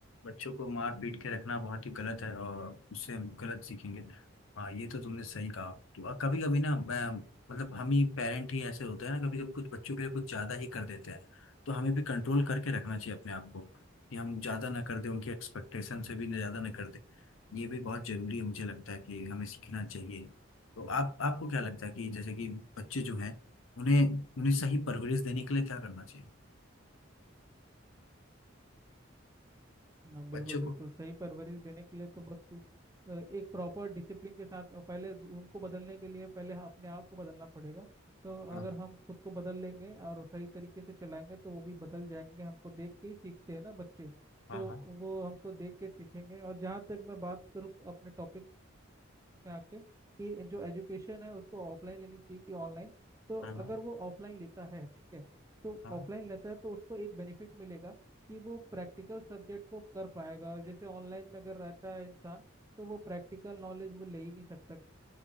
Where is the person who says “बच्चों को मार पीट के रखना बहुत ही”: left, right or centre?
Left